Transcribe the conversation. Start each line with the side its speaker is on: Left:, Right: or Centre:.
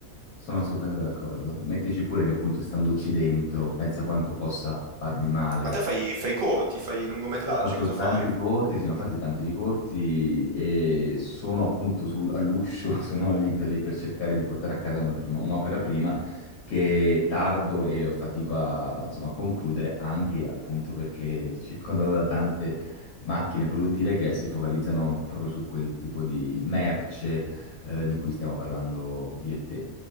Left: Sono assolutamente d'accordo. Mettici pure che appunto, standoci dentro, pensa quanto possa farmi male
Right: Ma te fai, fai corti, fai lungometraggi,
Left: Io Ho fatto
Right: cosa fai?
Left: tanti corti, sì, ne ho fatti tanti di corti e sono appunto su- all'uscio, <laughs> sono lì per, lì per cercare di portare a casa una prima- un'opera prima che tardo e ho fatico a, insomma, a concludere anche appunto perché circondato da tante macchine produttive che si focalizzano proprio su quel tipo di merce eh, di cui stiamo parlando io e te.